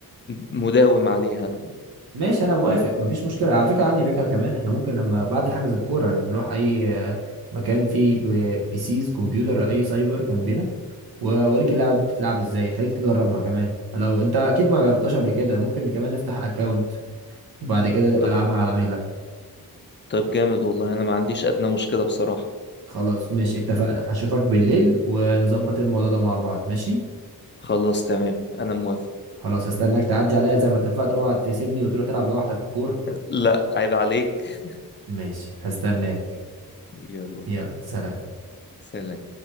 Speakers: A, on the left; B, on the right.
A: مداوم عليها
B: ماشي انا موافق مفيش مشكله على فكره عندي فكره كمان احنا ممكن لما بعد حجز الكوره نروح اي آه، مكان فيه ب- بيسيز كمبيوتر اي سايبر جنبنا واوريك اللعبه دي بتتلعب ازاي خليك تجربها كمان لو انت اكيد ما جربتهاش قبل كده ممكن كمان نفتح اكونت وبعد كده تبقى
A: طب
B: العبها على مهلك
A: طب جامد والله أنا ما عنديش أدنى مشكلة بصراحة
B: خلاص ماشي اتفقنا اشوفك بالليل ونظبط الموضوع ده مع بعض ماشي
A: خلاص تمام أنا موافق
B: خلاص هستناك تعدي عليا زي ما اتفقت اوعى تسيبني وتروح تلعب لوحدك الكوره
A: لا عيب عليك
B: ماشي هستناك
A: يلا
B: يلا سلام
A: سلام